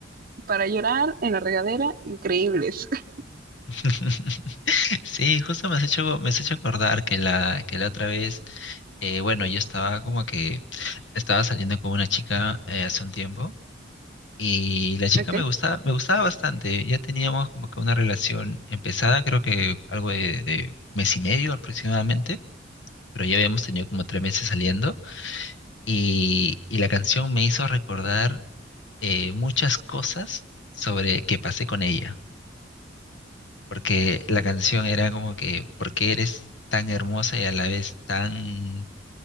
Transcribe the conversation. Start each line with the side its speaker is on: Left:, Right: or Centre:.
Right: para llorar en la regadera, increíbles. <laughs>
Left: <laughs> Sí, justo me has hecho, me has hecho acordar que la, que la otra vez, eh, bueno, yo estaba como que estaba saliendo con una chica eh, hace un tiempo y la chica
Right: Ok,
Left: me gustaba, me gustaba bastante. Ya teníamos como que una relación empezada, creo que algo de, de mes y medio aproximadamente, pero ya habíamos tenido como tres meses saliendo y, y la canción me hizo recordar eh, muchas cosas sobre que pasé con ella. porque la canción era como que, ¿por qué eres tan hermosa y a la vez tan,